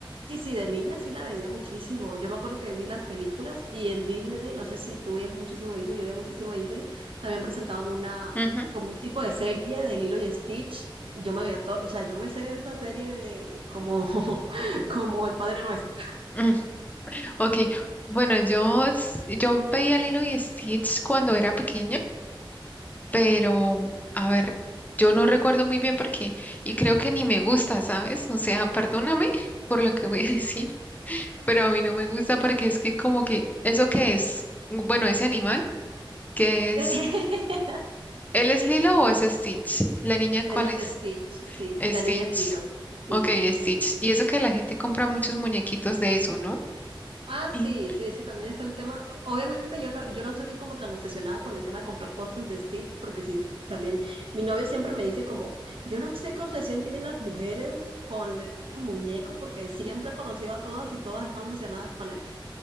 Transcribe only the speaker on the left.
Ujú,
ujú, Ok, bueno, yo, s- yo veía Lilo y Stitch cuando era pequeña, pero, a ver, yo no recuerdo muy bien por qué, y creo que ni me gusta, ¿sabes? O sea, perdóname por lo que voy a decir, pero a mí no me gusta porque es que como que, ¿eso qué es? Bueno, ese animal, ¿qué es?
¿Él es Lilo o es Stitch? ¿La niña cuál
es?
Stitch.
Ok, Stitch. Y eso que la gente compra muchos muñequitos de eso, ¿no?
Y